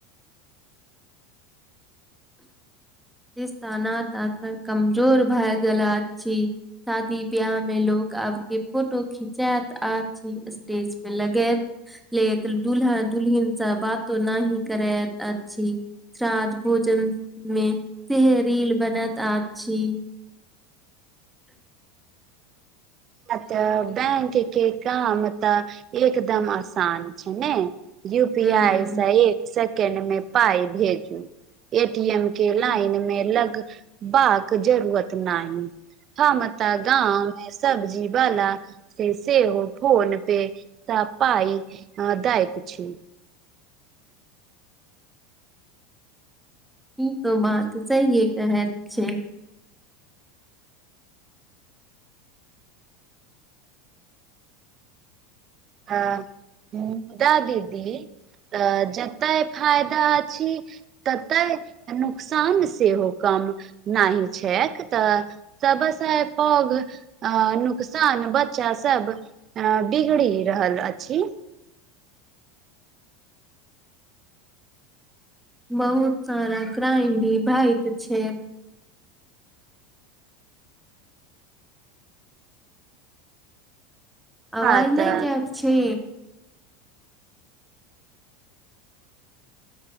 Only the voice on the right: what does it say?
<inaudible>
ह तऽ बैंक के काम तऽ एकदम आसान छै ने यू पी
आइ सँ एक सेक्ड मे पाइ भेजू एक ए टी एम के
लाइन मे लग बाक जरूरत नहि हँ माता गांव मे स सब्जी वाला से सेहो फोन पे सब पाई दाय छी
ह मुदा दीदी तऽ जते फायदा अछि तते नुकसान सेहो कम नहि छैक तऽ सबसे पैघ अ नुकसान बच्चा सब अ बिगड़ी रहल अछि
हँ तऽ